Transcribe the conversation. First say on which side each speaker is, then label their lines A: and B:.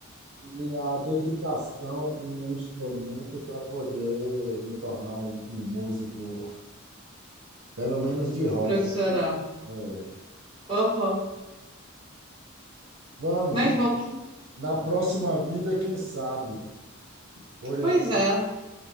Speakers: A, on the right; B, on the right.
A: e a dedicação com um instrumento para poder me tornar um, um músico, pelo menos de hobby.
B: profissional.
A: É.
B: Aham.
A: Vamos,
B: Mas
A: na,
B: bom que.
A: na próxima vida, quem sabe? Por, en-
B: Pois é.